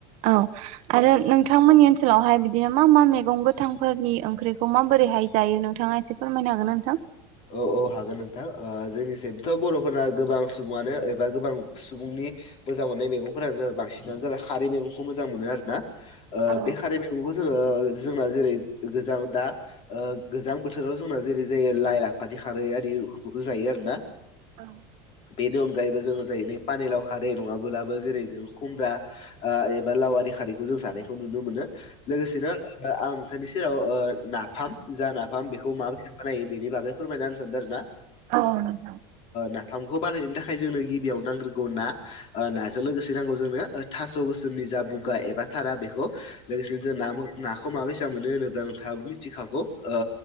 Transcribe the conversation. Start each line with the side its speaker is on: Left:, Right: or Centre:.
Right: औ आरो नोंथांमोननि ओनसोलावहाय बिदिनो मा मा मैगं गोथांफोरनि ओंख्रिखौ माबोरैहाय जायो नोंथाङा एसे फोरमायनो हागोनना नोंथां
Left: औ औ हागोन नोंथां ओ जोंनिथिं थ' बर'फोरना गोबां सुबुङानो एबा गोबां सुबुंनि मोजां मोननाय मैगंफोरानो जाबाय बांसिनानो जाबाय खारै मैगंखौ मोजां मोनो आरो ना ओ
Right: औ
Left: बे खारै मैगंखौ जोङो जोंना जेरै गोजां दा ओ गोजां बोथोराव जोंना जेरै जायो। लाइ लाफादै खारै आरि जायो आरो ना
Right: औ
Left: बेनि अनगायैबो जोङो जायैनो पानिलाव खारै नङाब्लाबो जेरै जों खुमब्रा ओ एबा लावि‌ आरि खारैखौ जों जानायखौ नुनो मोनो लोगोसेनो आं नोंथांनि सेराव ओ नाफाम जा नाफाम बेखौ माबायदि बानायो बेनि बागै फोरमायना होनो सानदों आरो ना
Right: औ नोंथां
Left: नाफामखौ बानायनो थाखाय जोंनो गिबियाव नांग्रोगौ ना नाजों लोगोसे नांगौ जोंनो थास' गोसोमनि जा बुगा एबा थारा बेखौ लोगोसेनो जों ना नाखौ माबायसा मोनो होनोब्ला नोंथाङाबो मिथिखागौ ओ